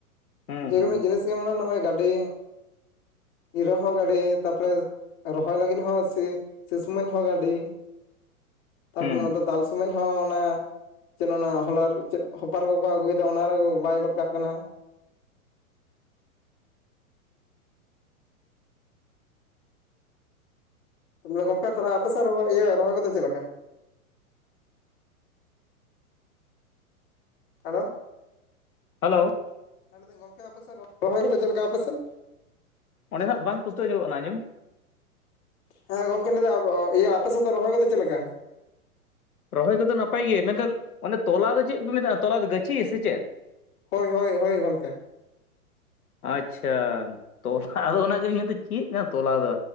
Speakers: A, on the left; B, on the left.
A: ᱦᱩᱸ
B: ᱡᱮᱠᱳᱱᱳ
A: ᱦᱩᱸ ᱦᱩᱸ
B: ᱡᱤᱱᱤᱥ ᱢᱟᱱᱮ ᱱᱚᱜᱼᱚᱭ ᱜᱟᱹᱰᱤ ᱤᱨᱟᱹᱜ ᱦᱚᱸ ᱜᱟᱹᱰᱤ ᱛᱟᱯᱚᱨᱮ ᱨᱚᱦᱚᱭ ᱞᱟᱹᱜᱤᱫ ᱦᱚᱸ ᱥᱮ ᱥᱤ ᱥᱚᱢᱚᱭ ᱦᱚᱸ ᱜᱟᱹᱰᱤ
A: <inaudible>
B: ᱛᱟᱯᱚᱨᱮ
A: ᱦᱩᱸ
B: ᱚᱱᱟ ᱫᱚ ᱫᱟᱞ ᱥᱚᱢᱚᱭ ᱦᱚᱸ ᱚᱱᱟ ᱪᱮᱫ ᱚᱱᱟ ᱦᱚᱞᱟᱨ ᱪᱮᱫ ᱦᱚᱯᱟᱨ ᱠᱚᱠᱚ ᱟᱹᱜᱩᱭᱟ ᱚᱱᱟ ᱨᱮ ᱵᱟᱭ ᱜᱚᱫ ᱠᱟᱜ ᱠᱟᱱᱟ ᱛᱟᱦᱚᱞᱮ ᱜᱚᱢᱠᱮ ᱟᱯᱮ ᱥᱮᱫ ᱤᱭᱟᱹ ᱨᱚᱦᱚᱭ ᱠᱚᱫᱚ ᱪᱮᱫ ᱞᱮᱠᱟ ᱦᱮᱞᱳ
A: ᱦᱮᱞᱳ
B: ᱦᱮᱸ ᱞᱟ. ᱭᱫᱟᱹᱧ ᱜᱚᱢᱠᱮ ᱟᱯᱮᱥᱮᱫ ᱨᱚᱦᱚᱭ ᱠᱚᱫᱚ ᱪᱮᱫ ᱞᱮᱠᱟ ᱟᱯᱮᱥᱮᱫ
A: ᱚᱸᱰᱮᱱᱟᱜ ᱵᱟᱝ ᱯᱩᱥᱴᱟᱹᱣ ᱧᱚᱜᱚᱜ ᱠᱟᱱᱟ ᱟᱡᱚᱢ
B: ᱦᱮᱸ ᱜᱚᱝᱠᱮ ᱞᱟᱹᱭᱫᱟ ᱤᱭᱟᱹ ᱟᱯᱮ ᱥᱮᱫ ᱫᱚ ᱨᱚᱦᱚᱭ ᱠᱚᱫᱚ ᱪᱮᱫ ᱞᱮᱠᱟ
A: ᱨᱚᱦᱚᱭ ᱠᱚᱫᱚ ᱱᱟᱯᱟᱭ ᱜᱮ ᱢᱮᱱᱠᱷᱟᱱ ᱚᱱᱮ ᱛᱚᱞᱟ ᱫᱚ ᱪᱮᱫ ᱯᱮ ᱢᱮᱛᱟᱜᱼᱟ ᱛᱚᱞᱟ ᱫᱚ ᱜᱟᱹᱪᱷᱤ ᱥᱮ ᱪᱮᱫ
B: ᱦᱳᱭ ᱦᱳᱭ ᱦᱳᱭ ᱜᱚᱢᱠᱮ
A: ᱟᱪᱪᱷᱟ ᱛᱚᱞᱟ ᱟᱫᱚ ᱚᱱᱟ ᱜᱤᱧ ᱢᱮᱱᱫᱟ ᱪᱮᱫ ᱠᱟᱱᱟ ᱛᱚᱞᱟ ᱫᱚ